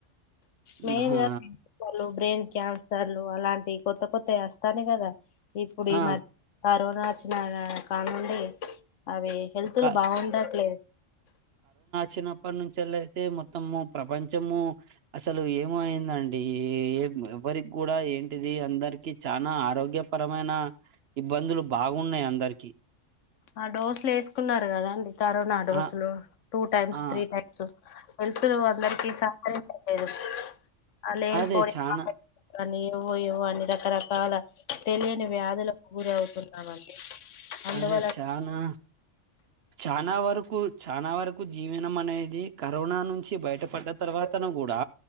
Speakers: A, on the left; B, on the right.
A: మెయిన్
B: ఆహా
A: గా బ్రెయిన్ క్యాన్సర్లు అలాంటివి కొత్త కొత్తవి అస్తాని కదా ఇప్పుడు ఈ
B: ఆ
A: మద్ కరోనా వచ్చిన కాల నుండి అవి హెల్త్లు
B: క
A: బాగుండట్లేదు
B: చినప్పటి నుంచెళ్లైతే మొత్తము ప్రపంచము అసలు ఏమో అయిందండి ఏం ఎవరికి గూడా ఏంటిది అందరికి చానా ఆరోగ్యపరమైన ఇబ్బందులు బాగున్నాయి అందరికి
A: ఆ డోస్లేస్ న్నారు కదాండి కరోనా డోసులు
B: ఆ
A: టూ టైమ్స్
B: ఆ
A: త్రీ టైమ్స్ హెల్తులు అందరికి అంత లేదు అ లే
B: అదే
A: పోడె
B: చానా
A: <inaudible> కాని ఏవో ఏవో అని రకరకాల తెలియని వ్యాధులకు గురి అవుతున్నామండి అందువళ
B: అదే చానా చానా వరకు చానా వరకు జీవనం అనేది కరోనా నుంచి బయటపడ్డ తర్వాతను గూడా